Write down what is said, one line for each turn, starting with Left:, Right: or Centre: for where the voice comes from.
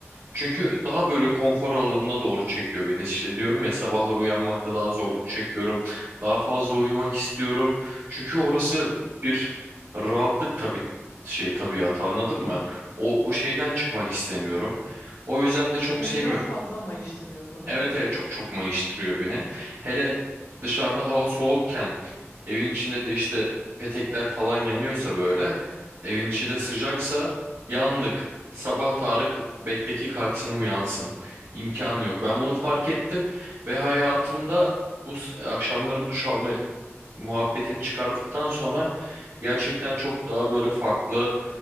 Right: Çünkü daha böyle konfor alanına doğru çekiyor beni. İşte diyorum ya sabahları uyanmakta daha zorluk çekiyorum. Daha fazla uyumak istiyorum. Çünkü orası bir rahatlık tabii şey tabiatı anladın mı? O, o şeyden çıkmak istemiyorum. O yüzden de çok
Left: Seni
Right: sevmiyorum.
Left: biraz fazla mayıştırıyor o zaman.
Right: Evet evet çok çok mayıştırıyor beni. Hele dışarıda hava soğukken evin içinde de işte petekler falan yanıyorsa böyle evin içi de sıcaksa yandık. Sabah Tarık bekteki kalksın uyansın. İmkanı yok. Ben bunu fark ettim ve hayatımda bu s- akşamları duş alma muhabbetini çıkardıktan sonra gerçekten çok daha böyle farklı